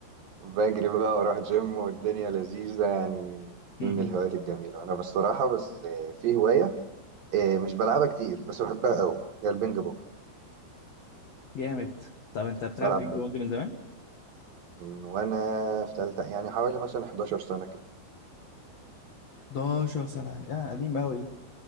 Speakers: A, on the right; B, on the left.
A: بجري بقى وأروح جيم والدنيا لذيذة يعني
B: جميل
A: دي من الهوايات الجميلة أنا بصراحة بس آه، في هواية آه، مش بلعبها كتير بس بحبها أوي هي البينج بونج
B: جامد طب انت بتلعب
A: بلعب
B: بينج
A: بينج
B: بونج من زمان؟
A: من وانا في تالتة يعني حوالي مثلا 11 سنة كده
B: <laughs> 11 سنة يا قديم أوي